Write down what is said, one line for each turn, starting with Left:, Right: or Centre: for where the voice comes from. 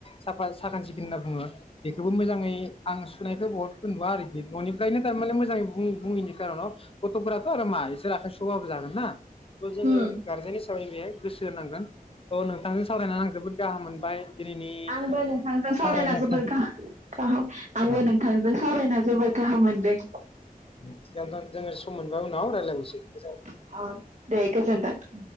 Left: साफा साखोन सिखोन होनना बुङो बेखौबो मोजाङै आं सुनायखौ बहुत नुवा आरोखि न'निफ्रायनो थारमाने मोजाङै बुं बुङैनि खारनाव गथ' फोराथ' आरो मा इसोर आखाइ सु आबाबो जागोन ना।
Right: उम
Left: जोङो गारजेन हि बायै गोसो होनांगोन। औ नोंथांजों सावरायनानै आं जोबोद गाहाम मोनबाय दिनैनि
Right: आंबो नोंथांजों
Left: सावरायनायखौ
Right: सावरायना जोबोर
Left: <inaudible>
Right: गा गाहाम आंबो
Left: अ
Right: नोंथांजों सावरायना जोबोद गाहाम मोनदों।
Left: जियानो जा जोङो सम मोनबा उनाव रायज्लायबावनोसै।
Right: अ दे गोजोनथों